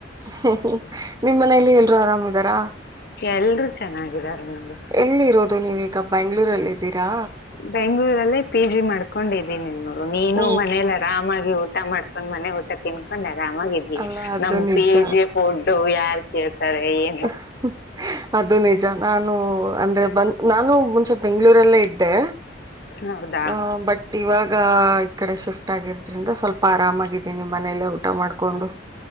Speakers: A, on the right; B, on the left.
A: ಹ್ಮ ನಿಮ್ಮ್ ಮನೇಲಿ ಎಲ್ರು ಆರಾಮಿದಾರಾ
B: ಎಲ್ರು ಚೆನ್ನಾಗಿದ್ದಾರೆ ನೋಡು
A: ಎಲ್ಲಿ ಇರೋದು ನೀವ ಈಗ ಬೆ್ಯಾಂಗ್ಳೂರಲ್ಲ ಇದಿದ್ದೀರಾ
B: ಬೆಂಗ್ಳೂರಲ್ಲೇ ಪಿ ಜಿ ಮಾಡ್ಕೊಂಡಿದೀನಿ ನೋ ನೀನು
A: ಓ
B: ಮನಲ್ಲ ಆರಾಮಾಗಿ ಊಟ ಮಾಡ್ಕೊಂಡು ಮನೆ ಊಟ ತಿನ್ಕೊಂಡು ಆರಾಮಾಗಿ
A: ಅಲ್ಲ ಅದು
B: ನಮ್
A: ನಿಜ
B: ಪಿ ಜಿ ಕೊಡ್ು ಯಾರ್ು ಕೇಳ್ತಾರೆ ಏ
A: ಹ ಅದು ನಿಜ ನಾನು ಅಂದ್ರೆ ಬಂದ ನಾನು ಮುಂಚೆ ಬೆಂಗಗಳೂರಲ್ಲೇ ಇದ್ದೆ
B: ಹೌದಾ
A: ಹ ಬಟ್ ಬಟ್ ಇವಾಗ ಈ ಕಡೆ ಶಿಫ್ಟ್ ಆಗಿರದ್ರಿಂದ ಸ್ವಲ್ಪ ಆರಾಮಾಗಿದ್ದೀನಿ ಮನೆಯಲ್ಲೇ ಊಟ ಮಾಡ್ಕೊಂಡು